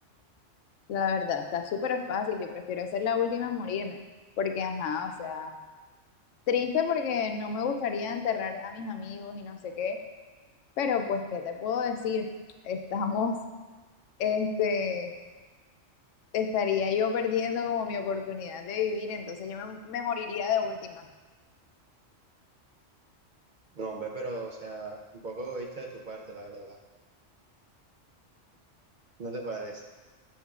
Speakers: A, on the left (about 85°); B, on the right (about 50°).
A: La verdad, está súper fácil. Yo prefiero ser la última en morirme, porque ajá, o sea, triste porque no me gustaría enterrar a mis amigos y no sé qué, pero pues ¿qué te puedo decir? <laughs> Estamos este estaría yo perdiendo como mi oportunidad de vivir, entonces yo me, me moriría de última.
B: No, hombre, pero, o sea, un poco egoísta de tu parte, la verdad. ¿No te parece?